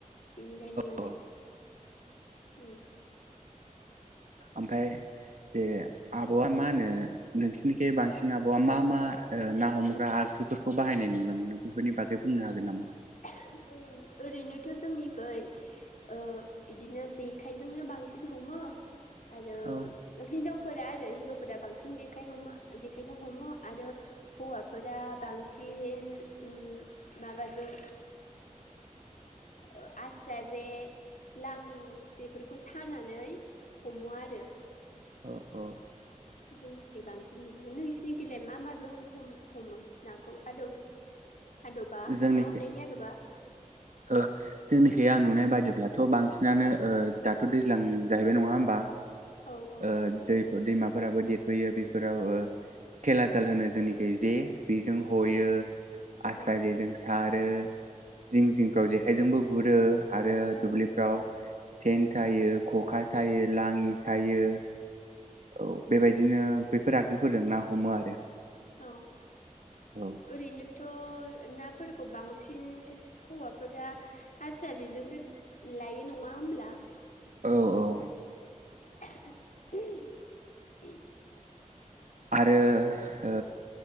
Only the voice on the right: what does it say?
औ
आमफाय जे आब'आ मा होनो नोंसिनिखै बांसिन आब'आ मा-मा ओ ना हमग्रा आगजुफोरखौ बाहायनाय नुनो मोनो बेफोरनि बागै बुंनो हागोन नामा
औ
ओ औ
जोंनिखै
ओ जोंनिखै आं नुनाय बायदिब्लाथ' बांसिनानो ओ दाथ' दैज्लां जाहैबाय नङा होमबा
ओ दैब दैमा फोराबो देरबोयो बेफोराव ओ खेला जाल होनो जोंनिखै जे बेजों हयो
आस्रा
जेजों सारो जिं जिंफ्राव जेखायजोंबो गुरो आरो
दुब्लिफ्राव सेन सायो ख'खा सायो लाङि सा हायो औ बेबायदिनो बेफोर आगजुफोरजों ना हमो आरो
औ
औ-औ
आरो ओ